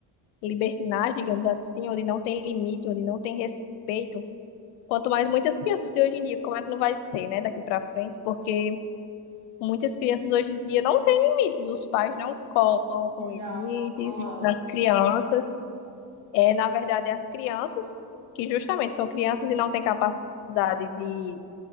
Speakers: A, on the left; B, on the right.
A: libertinagem, digamos assim, onde não tem limite, onde não tem respeito, quanto mais muitas crianças de hoje em dia, como é que não vai ser, né, daqui para frente? Porque muitas crianças hoje em dia não têm limites, os pais não colocam
B: Não,
A: limites
B: não coloca.
A: nas crianças. É, na verdade, as crianças que justamente são crianças e não têm capacidade de